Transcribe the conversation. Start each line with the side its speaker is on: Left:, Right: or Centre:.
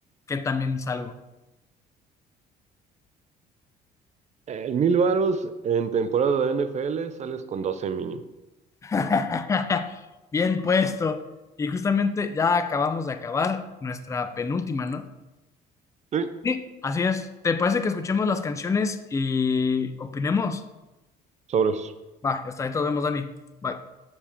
Left: qué también salgo.
Right: El 1000 varos en temporada de NFL sales con 12 mínimo.
Left: <laughs> Bien puesto. Y justamente ya acabamos de acabar nuestra penúltima, ¿no?
Right: Sí,
Left: Sí, Así es. ¿Te parece que escuchemos las canciones y opinemos?
Right: sobres.
Left: Va, hasta ahí todos vemos, Dani. Bye.